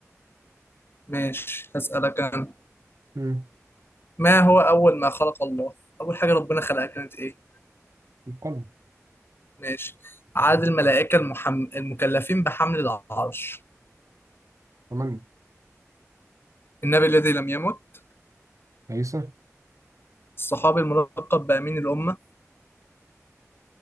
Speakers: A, on the left; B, on the right.
A: ماشي هسألك انا
B: مم.
A: ما هو اول ما خلق الله اول حاجه ربنا خلقها كانت ايه
B: القلب
A: ماشي عدد الملائكه المحم... المكلفين بحمل العرش
B: ثمانية
A: النبي الذي لم يمت
B: عيسى
A: الصحابي الملقب بأمين الأمة